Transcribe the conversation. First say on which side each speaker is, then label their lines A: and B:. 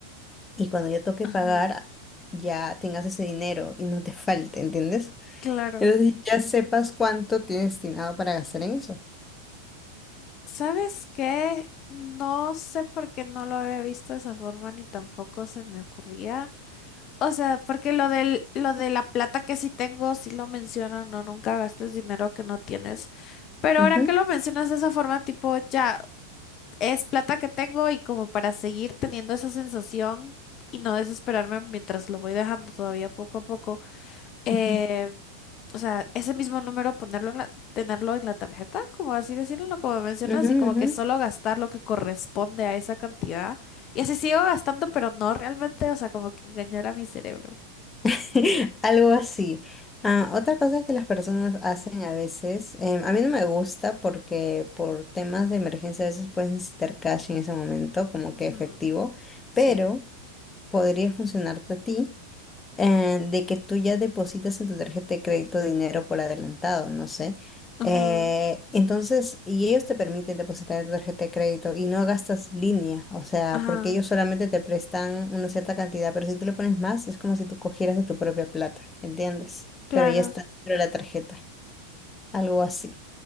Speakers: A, on the left; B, on the left.
A: y cuando ya toque
B: Ajá,
A: pagar, ya tengas ese dinero y no te falte, ¿entiendes?
B: claro.
A: Entonces ya sepas cuánto tienes destinado para gastar en eso.
B: ¿Sabes qué? No sé por qué no lo había visto de esa forma ni tampoco se me ocurría. O sea, porque lo del, lo de la plata que sí tengo, sí lo mencionan, no, nunca gastes dinero que no tienes. Pero
A: Ujú,
B: ahora que lo mencionas de esa forma, tipo, ya es plata que tengo y como para seguir teniendo esa sensación y no desesperarme mientras lo voy dejando todavía poco a poco. eh,
A: ujú,
B: o sea, ese mismo número ponerlo en la, tenerlo en la tarjeta, como así decirlo, como mencionas,
A: ujú,
B: y como
A: ujú.
B: que solo gastar lo que corresponde a esa cantidad. Y así sigo gastando, pero no realmente, o sea, como que engañar a mi cerebro.
A: <laughs> Algo así. Ah, otra cosa que las personas hacen a veces, em, a mí no me gusta porque por temas de emergencia a veces puedes necesitar cash en ese momento, como
B: Ujú,
A: que efectivo, pero
B: Sí.
A: podría funcionarte a ti eh, de que tú ya depositas en tu tarjeta de crédito dinero por adelantado, no sé.
B: Ajá,
A: Eh, entonces, y ellos te permiten depositar en tu tarjeta de crédito y no gastas línea, o sea,
B: ajá,
A: porque ellos solamente te prestan una cierta cantidad, pero si tú le pones más, es como si tú cogieras de tu propia plata, ¿entiendes?
B: claro.
A: Pero ya está dentro de la tarjeta, algo así.